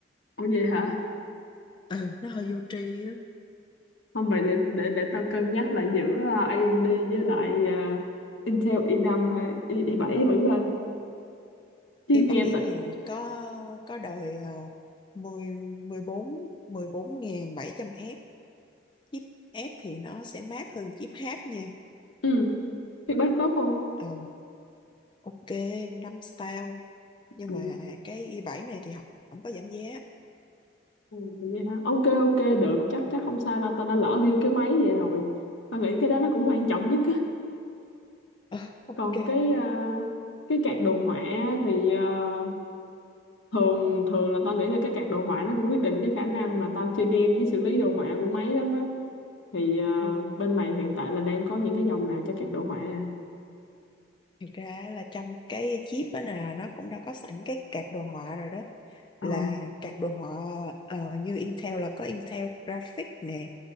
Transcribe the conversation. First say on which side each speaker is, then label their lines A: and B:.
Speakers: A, on the left; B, on the left.
A: Ủa vậy hả?
B: ừ, nó hơi vô tri á
A: Không vậy để để để tao cân nhắc lại giữa à, AMD với lại à, Intel i năm hay i, i7 thử coi. Chứ
B: i7
A: nghe lại
B: thì có có đời uh, 10 14 14.700 F chip F thì nó sẽ mát hơn chip H nha
A: ừ, feedback tốt không?
B: ờ ok năm style nhưng
A: Ừ.
B: mà cái i bảy này thì không, không có giảm giá
A: ừ, Vậy hả? Ok ok được, chắc chắc không sao đâu, tao đã lỡ build cái máy vậy rồi. Tao nghĩ cái đó nó cũng quan trọng nhất á.
B: ờ ok
A: Còn cái à, cái card đồ họa thì à, thường thường là tao nghĩ là cái card đồ họa nó cũng quyết định cái khả năng mà tao chơi game với xử lý đồ họa của máy lắm á thì ờ,
B: ừ.
A: bên mày hiện tại là đang có những cái dòng nào cho card đồ họa à
B: thực ra là trong cái chip á là nó cũng đâu có sẵn cái card đồ họa rồi đó
A: ờ
B: là các đồ họa ờ, như Intel là có Intel Graphic nè